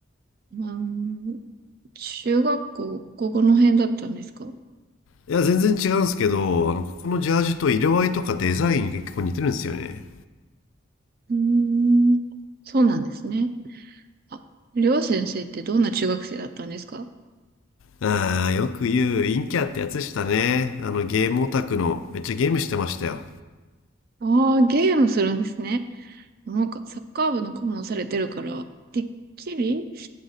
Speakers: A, on the right; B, on the left.
A: まあうん、中学校、ここの辺だったんですかう
B: いや、全然違うんですけど、あの、ここのジャージと色合いとかデザイン結構似てるんですよね。
A: ーん、そうなんですね。あ、りょう先生ってどんな中学生だったんですか
B: ああ、よく言う、陰キャってやつでしたね。あの、ゲームオタクの、めっちゃゲームしてましたよ。
A: ああー、ゲームするんですね。なんかサッカー部の顧問されてるから、てっきり